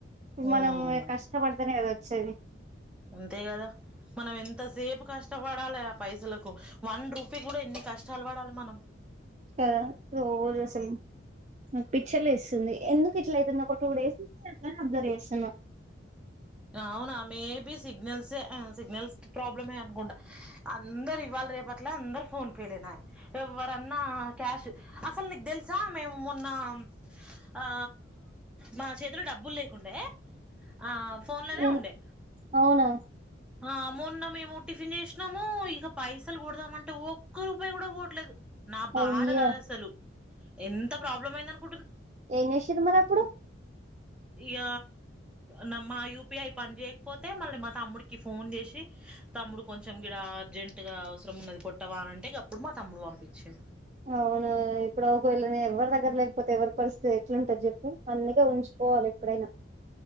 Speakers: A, in the centre; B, on the right.
A: ఉమ్
B: మనం కష్టపడితేనే కదా వచ్చేది
A: అంతే కదా మనం ఎంతసేపు కష్టపడాలే ఆ పైసలకు వన్ రూపీ కూడా ఎన్ని కష్టాలు పడాలే మనం
B: కదా రోజు అసలుకు నాకు పీచ్ లేస్తుంది ఎందుకు ఇట్ల అవుతుంది ఒక టూ డేస్ నుండి అబ్జర్వ్ చేస్తున్న
A: అవునా మేబి సిగ్నల్స్ ఏ సిగ్నల్స్ ప్రాబ్లమే అనుకుంటా అందరు ఇవా రేపట్ల అందరు ఫోన్ పే లేనా య్ ఎవర అన్నా క్యాష్ అసలు నీకు తెలుసా మేము మొన్ న్నా ఆ మా చేతులో డబ్బులు లేకుండే ఆ ఫోన్లోనే
B: ఏం
A: ఉండే
B: అవునా
A: అ మౌన్న మేము ఒటిఫైన్ చేసినాము ఇక పైసలు పోడదామ అంటే ఒక్క రూపాయి కూడా పోట్లేదు నా బాధ
B: అయ్యో
A: కదా అసలు ఎంత ప్రాబ్లం అయింద అనుకుంట్
B: ఏం చేసీరు మరి అప్పుడు
A: ఇగ న మ్మా యూపిఐ పని చేయకపోతే మళ్ళీ మా తమ్ముడికి కి ఫోన్ చేసి తమ్ముడు కొంచెం రా అర్జెంట్గా అవసరం ఉన్నది కొట్టవా అంటే ఇగ అప్పుడు మా తమ్ముడు పంపించ్చే
B: అవును ఇప్పుడు ఒక వేళ్ళనే ఎవ్వరి దగ్గర లేకపోతే ఎవరి పరిస్థితి ఎట్లుంట అది చెప్పు అందుకే ఉంచుకోవాలి ఎప్పుడైఅయినా